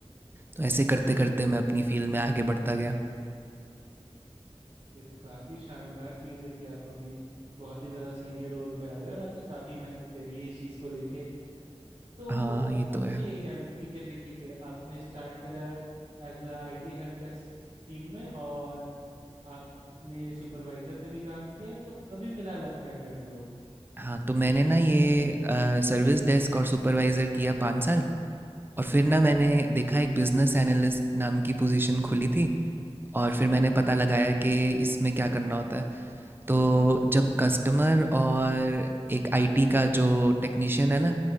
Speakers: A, on the right; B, on the right.
A: तो ऐसे करते करते मैं अपनी फील्ड में आगे बढ़ता गया
B: ये तो काफी शानदार चीज है कि आप अभी बहुत ही ज्यादा सीनियर रोल पे आ गए और आपने काफी मेहनत करी है इस चीज को लेके तो
A: हाँ
B: मतलब
A: ये तो है
B: मुझे यही जानना था कि चलिए ठीक है आपने स्टार्ट करा as a IT help desk team में और आपने सुपरवाइजर का भी काम किया है तो अभी फिलहाल आप क्या कर रहे हो
A: हाँ तो मैंने ना ये सर्विस डेस्क और सुपरवाइज़र किया पाँच साल और फिर ना मैंने देखा एक बिजनेस एनालिस्ट नाम की पोजीशन खुली थी और फिर मैंने पता लगाया कि इसमें क्या करना होता है तो जब कस्टमर और एक आईटी का जो टेक्नीशियन है ना